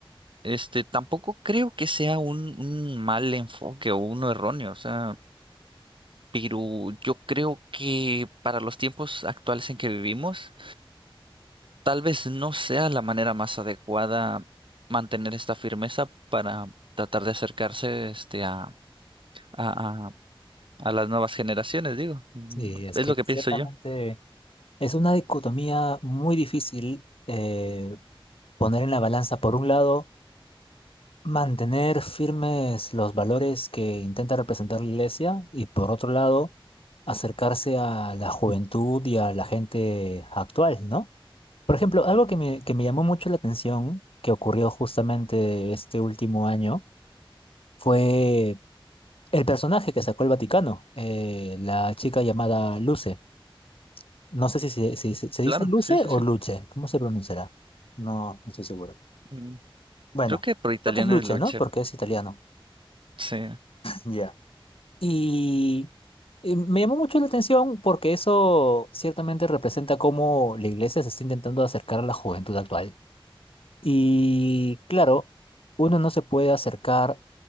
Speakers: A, on the right; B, on the left.
A: este, tampoco creo que sea un, un mal enfoque o uno erróneo, o sea, pero yo creo que para los tiempos actuales en que vivimos, Tal vez no sea la manera más adecuada mantener esta firmeza para tratar de acercarse este, a, a, a- a las nuevas generaciones, digo. Mm,
B: sí, es
A: Es
B: que
A: lo que
B: ciertamente
A: pienso yo.
B: es una dicotomía muy difícil eh, poner en la balanza, por un lado, mantener firmes los valores que intenta representar la iglesia y por otro lado acercarse a la juventud y a la gente actual, ¿no? Por ejemplo, algo que me, que me llamó mucho la atención que ocurrió justamente este último año fue el personaje que sacó el Vaticano, eh, la chica llamada Luce. No sé si se, si se se
A: Claro,
B: dice Luce
A: sí, sí,
B: o
A: sí.
B: Luce, ¿cómo se pronunciará? No, no estoy seguro.
A: Mm,
B: Bueno,
A: Creo que por italiano
B: creo que es Luce,
A: es Lucher.
B: ¿no? Porque es italiano.
A: Sí.
B: Ya. Y eh, me llamó mucho la atención porque eso ciertamente representa cómo la iglesia se está intentando acercar a la juventud actual. Y claro, uno no se puede acercar